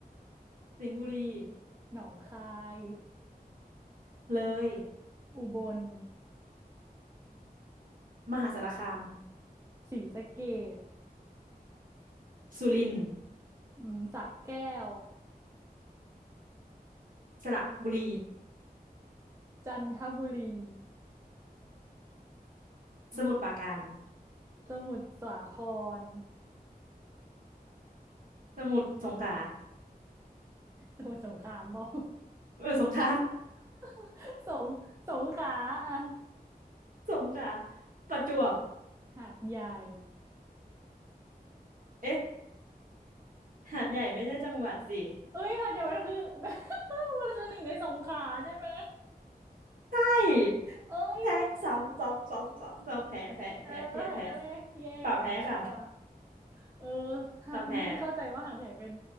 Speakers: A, on the right; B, on the right.
A: สิงห์บุรี
B: หนองคาย
A: เลย
B: อุบล
A: มหาสารคาม
B: ศรีสะเกษ
A: สุรินทร์
B: อืมสระแก้ว
A: สระบุรี
B: จันทบุรี
A: สมุทรปราการ
B: สมุทรสาคร
A: สมุทรสงขลา
B: สมุทรสงครามบอก
A: เออสงขลา
B: <laughs> สงสงขลาอ่ะ
A: <laughs> สงขลาประจวบ
B: หาดใหญ่
A: เอ๊ะหาดใหญ่ไม่ใช่จังหวัดสิ
B: เอ้ยหาดใหญ่มันคือ <laughs> มันคือหนึ่งในสงขลาใช่ไหม
A: ใช่
B: เอ้ย
A: แพ้ซ้ำซ้ำซ้ำซ้ำซ้ำแพ้แพ้แพ้แพ้แพ้
B: เออแพ้เลยแย่ว่ะแย่ว่ะ
A: ฝ่าแพ้ค่ะ
B: เออหาดนี่เข้าใจว่าหาดใหญ่เป็น
A: ฝ่าแพ้